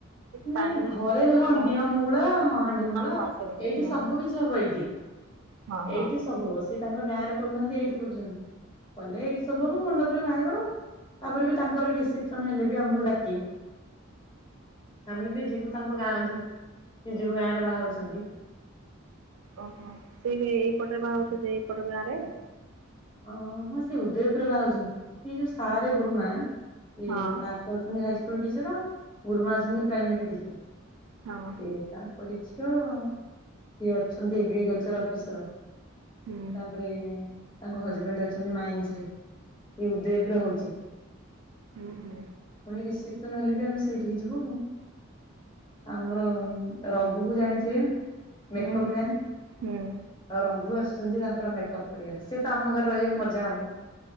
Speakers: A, on the right (about 85°); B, on the left (about 25°).
A: ପାଣି
B: ନାଇଁ ଘରେ ହଁ
A: ତୋଳା
B: ଦିଅ ମୁଙ୍ଗୁଳା ହଁ ହାଣ୍ଡି ମୁଙ୍ଗଳା
A: ହଁ ସେ ହଁ
B: ଏଇଠି ସବୁ କିଛି ହବ ଏଇଠି।
A: ହଁ ହଁ ହଁ।
B: ଏଇଠି ସବୁ ହବ ସିଏ ତାଙ୍କ ଗାଁ ରେ କରୁନାହାନ୍ତି ଏଇଠି କରୁଚନ୍ତି। କଲେ ଏଇଠି ସବୁ ହବ ମଣ୍ଡପରେ ବାହାଘର ତାପରେ ବି ତାଙ୍କର ରିସେପସନ ହେଲେ ବି ଆମକୁ ଡାକିବେ। ଆମେ ବି ଯିବୁ ତାଙ୍କ ଗାଁକୁ, ସେ ଯୋଉ ଗାଁ ରେ ବାହାହଉଛନ୍ତି।
A: ଓହୋ, ସେ ଏଇପଟରେ ବାହାହାଉଛନ୍ତି, ଏଇପଟ ଗାଁ ରେ।
B: ଅ ହଁ ସେ ହଦୟ ଉପରେ ବାହାହଉଛନ୍ତି, ସେ ଯୋଉ ସାରେ ଗୁରୁମା ସେ
A: ହଁ
B: ଅଛନ୍ତି ହାଇସ୍କୁଲ ଟିଚର, ଗୁରୁମା ଅଛନ୍ତି ପ୍ରାଇମେରୀ ଟିଚର ସିଏ।
A: ହଁ।
B: ତାଙ୍କରି ଝିଅ, ସିଏ ଅଛନ୍ତି ଏଗ୍ରିକଲଚର ଅଫିସର।
A: ହୁଁ
B: ତାପରେ ତାଙ୍କ ହଜବେଣ୍ଡ ଅଛନ୍ତି ମାଇନ୍ସ ରେ, ସେ ଉଦୟବ ର ହଉଛି।
A: ହୁଁ ହୁଁ।
B: ପୁଣି ରିସେପସନ ହେଲେ ବି ଆମେ ସେଇଠିକି ଯିବୁ ଆମର। ରଘୁ କୁ ଜାଣିଥିବେ ମେକପ
A: ହୁଁ ହୁଁ
B: ମାନ୍।
A: ହୁଁ
B: ଆଉ ରଘୁ ଆସୁଛନ୍ତି ତାଙ୍କର ମେକଅପ୍ କରିବାକୁ, ସିଏ ତ ଆମ ଘରେ ରହିବା ମଜା ହବ।